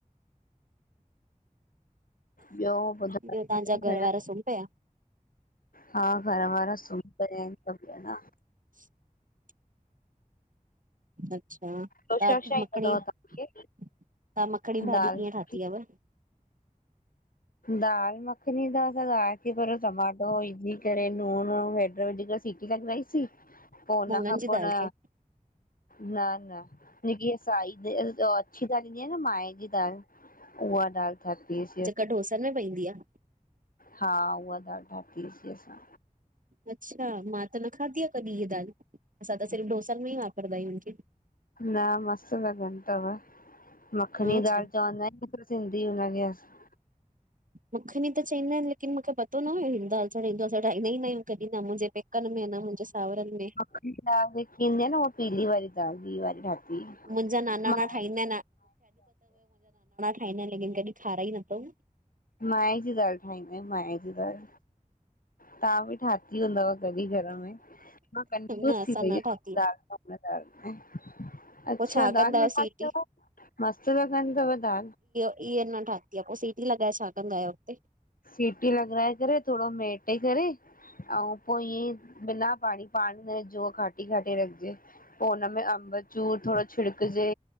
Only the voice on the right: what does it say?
ॿियो तव्हांजा घर
वारा सुम पया?
<inaudible> अच्छा!
त
मखड़ी,
तव्हां मखड़ी, भाॼी
कीअं
ठाही-? आहेव <unintelligible>
मुङनि जी
दाल
खे
जेका, ढोसनि में पवंदी आ,?
अच्छा! मां त न खाधी आहे, कॾहिं इअ दाल, असां त सिर्फ़ु डोसनि, में ई वापरंदा आहियूंखे।
हा
छा
मखणी, त चवंदा आहिनि, लेकिन, मूंखे पतो न हुयो, हि दाल चढ़ी, दोसा ठाईंदो ई ना आहियूं, कॾहिं, न मुंहिंजे पेकनि में न मुंहिंजे सावरनि, में
मुंहिंजा नानाणा
ठाहींदा खाईंदा आइन, लेकिन कॾहिं ठाराई, न अथऊँ।
न असां
न
ठाती आ,
पो छा कंदा
आहियो
सीटी?
इआ, न थाति आहे, पोइ सीटी लॻाए, छा कंदो आहियो, हुते